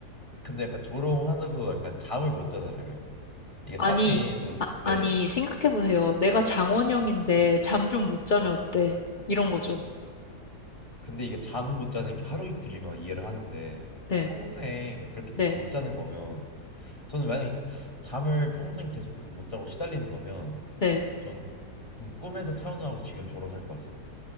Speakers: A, on the left (about 20°); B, on the left (about 35°).
A: 근데 약간 조롱하고 약간 잠을 못 자잖아요. 이게
B: 아니,
A: 사람이 저도,
B: 아,
A: 네,
B: 아니, 생각해보세요. 내가 장원영인데 잠 좀 못 자면 어때? 이런 거죠.
A: 근데 이게 잠 못 자는 게 하루 이틀이면 이해를 하는데
B: 네,
A: 평생 그렇게
B: 네,
A: 못 자는 거면 저는 만약에 잠을 평생 계속 그렇게 못 자고 시달리는 거면
B: 네.
A: 전는 꿈에서 차은우하고 지금 저로 살 것 같습니다.